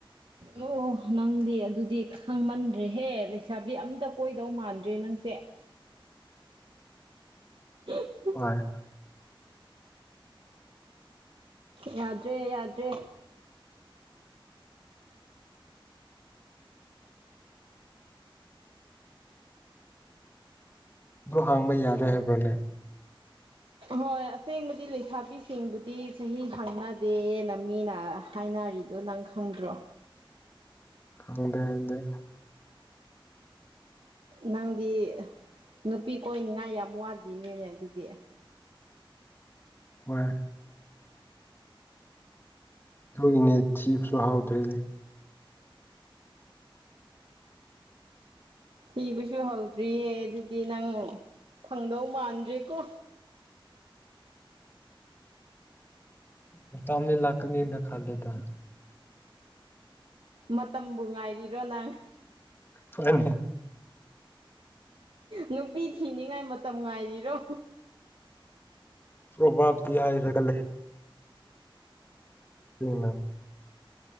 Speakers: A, on the right; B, on the left.
A: ꯑꯣ ꯅꯪꯗꯤ ꯑꯗꯨꯗꯤ ꯈꯪꯃꯟꯗ꯭ꯔꯦꯍꯦ ꯂꯩꯁꯥꯕꯤ ꯑꯝꯇ ꯀꯣꯏꯗꯧ ꯃꯥꯟꯗ꯭ꯔꯦ ꯅꯪꯁꯦ <unintelligible>
B: ꯍꯣꯏ
A: ꯌꯥꯗ꯭ꯔꯦ ꯌꯥꯗ꯭ꯔꯦ
B: ꯑꯗꯣ ꯍꯥꯡꯕ ꯌꯥꯗꯦ ꯍꯥꯏꯕ꯭ꯔꯥꯅꯦ
A: ꯍꯣꯏ ꯑꯁꯦꯡꯕꯗꯤ ꯂꯩꯁꯥꯕꯤꯁꯤꯡꯕꯨꯗꯤ ꯆꯍꯤ ꯍꯪꯅꯗꯦꯅ ꯃꯤꯅ ꯍꯥꯏꯅꯔꯤ ꯑꯗꯨ ꯅꯪ ꯈꯪꯗ꯭ꯔꯣ
B: ꯈꯪꯗꯦ ꯑꯩꯗꯤ
A: ꯅꯪꯗꯤ ꯅꯨꯄꯤ ꯀꯣꯏꯅꯤꯡꯉꯥꯏ ꯌꯥꯝ ꯋꯥꯠꯂꯤꯅꯦꯅꯦ ꯑꯗꯨꯗꯤ
B: ꯍꯣꯏ ꯑꯗꯨꯏꯅꯦ ꯊꯤꯕꯁꯨ ꯍꯥꯎꯗ꯭ꯔꯤꯅꯦ
A: ꯊꯤꯕꯁꯨ ꯍꯥꯎꯗ꯭ꯔꯤꯌꯦ ꯑꯗꯨ ꯗꯤ ꯅꯪ ꯐꯪꯗꯧ ꯃꯥꯟꯗ꯭ꯔꯦꯀꯣ
B: ꯃꯇꯝꯗꯤ ꯂꯥꯛꯀꯅꯤꯅ ꯈꯜꯂꯤꯗꯥ
A: ꯃꯇꯝꯕꯨ ꯉꯥꯏꯔꯤꯔꯣ ꯅꯪ
B: ꯍꯣꯏꯅꯦ
A: ꯅꯨꯄꯤ ꯊꯤꯅꯤꯡꯉꯥꯏ ꯃꯇꯝ ꯉꯥꯏꯔꯤꯔꯣ
B: ꯄ꯭ꯔꯚꯕꯗꯤ ꯍꯥꯏꯔꯒ ꯂꯩ <unintelligible>